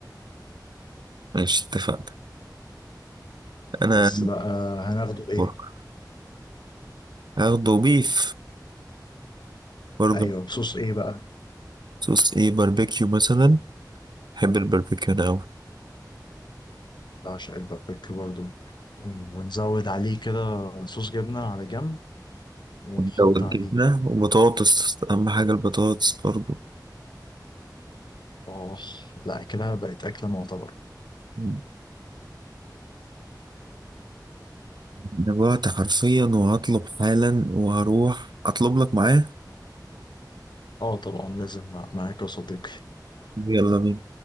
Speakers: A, on the right; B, on the left.
A: ماشي اتفقنا أنا
B: بس بقى هناخده بايه
A: برجر هاخده بيف برجر
B: ايوه بصوص ايه بقى
A: صوص ايه باربيكيو مثلا بحب البربكان أوي
B: بعشق البابريكا برضو ونزود عليه كده صوص جبنة على جنب ونحط
A: لو الجبنة
B: عليه
A: وبطاطس أهم حاجة البطاطس برضو
B: اه لا كده بقت أكلة معتبرة
A: أنا جوعت حرفيا وهطلب حالا وهروح أطلب لك معاه
B: اه طبعا لازم مع- معاك يا صديقي
A: يلا بينا